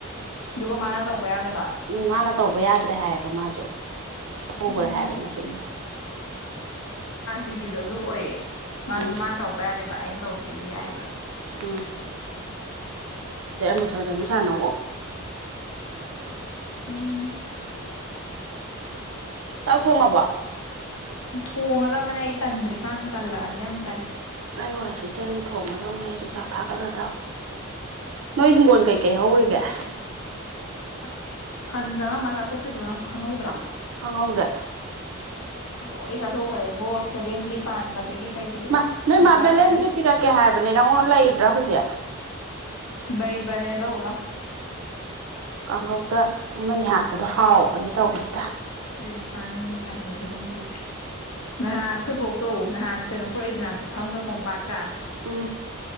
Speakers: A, on the left; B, on the right.
A: ꯑꯗꯨꯒ ꯃꯥꯅ ꯇꯧꯕ ꯌꯥꯗꯕ
B: ꯎꯝ ꯃꯥꯅ ꯇꯧꯕ ꯌꯥꯗ꯭ꯔꯦ ꯍꯥꯏꯌꯦꯕ ꯃꯥꯁꯨ ꯁꯨꯈ꯭ꯔꯦ
A: ꯎꯝ
B: ꯍꯥꯏꯕ ꯃꯁꯤꯡꯗꯣ
A: ꯂꯤꯒꯤꯗꯣ ꯑꯗꯨ ꯑꯣꯏꯌꯦ ꯃꯥꯁꯨ
B: ꯎꯝ
A: ꯃꯥꯅ ꯇꯧꯔꯛꯄ ꯌꯥꯗꯦꯕ ꯑꯩꯅ ꯇꯧꯕꯒꯩꯗꯤ ꯌꯥꯏꯑꯦꯕ
B: ꯑ ꯑꯗꯩ ꯑꯃꯨꯊꯣꯏꯒꯁꯨ ꯁꯥꯟꯅꯧꯑꯣ
A: ꯎꯝ
B: ꯆꯥꯛ ꯊꯣꯡꯉꯕ
A: ꯊꯣꯡꯉꯗꯕꯅꯦ ꯑꯩ ꯇꯟꯗ꯭ꯔꯤꯀꯥꯟ ꯇꯜꯂꯛꯑꯗꯤ ꯌꯥꯝ ꯇꯜꯂꯦ
B: ꯑꯩ ꯋꯥꯏ ꯁꯤꯠꯆꯜꯂꯤ ꯊꯣꯡꯒꯗꯧꯅꯦ ꯑꯩꯁꯨ ꯆꯥꯛ ꯊꯥꯒꯠꯂꯗꯝ ꯅꯣꯏ ꯍꯤꯡꯒꯣꯟ ꯀꯩꯀꯩ ꯍꯧꯔꯤꯒꯦ
A: ꯑꯁ ꯁꯟ ꯆꯪꯉꯝꯃ ꯆꯥꯊꯣꯛꯈꯤꯕꯗꯣ ꯅꯪ ꯈꯪꯍꯧꯗ꯭ꯔꯣ
B: ꯈꯪꯍꯧꯗꯦ
A: ꯂꯣꯢ ꯆꯥꯊꯣꯛꯈ꯭ꯔꯦꯕꯣ ꯕꯦꯂꯦꯟꯗ꯭ꯔꯤ ꯄꯥꯟꯕꯗꯒꯤ ꯀꯩꯗꯒꯤ
B: ꯃꯥ ꯅꯣꯏ
A: ꯆꯨꯖꯥꯛꯇꯒꯤ
B: ꯃꯥ ꯕꯦꯂꯦꯟꯗ꯭ꯔꯤ ꯄꯤꯔꯛꯀꯦ ꯍꯥꯏꯕꯅꯦ ꯅꯪꯉꯣꯟ ꯂꯩꯕ꯭ꯔꯥ ꯍꯧꯖꯤꯛ
A: ꯂꯩꯕꯅꯦ ꯂꯧ ꯂꯥꯎ
B: ꯀꯥꯡꯍꯧꯗ ꯑꯃꯅꯤ ꯍꯥꯞꯄꯗꯣ ꯍꯥꯎꯕꯅꯦ ꯇꯧꯕꯅꯤꯗ
A: ꯑꯩꯗꯤ ꯆꯥꯅꯤꯡꯗꯦ ꯇꯜꯂꯦ ꯕꯦꯂꯦꯟꯗ꯭ꯔꯤꯖꯦ ꯅꯍꯥꯟ ꯅꯈꯣꯏ ꯕꯣꯛ ꯇꯣ ꯅꯍꯥꯟ ꯀꯩꯅꯣ
B: ꯎꯝ
A: ꯄꯨꯔꯛꯏꯗꯅ ꯄꯨꯈꯝꯒ ꯀꯣꯝꯄꯥꯛꯀ
B: ꯎꯝ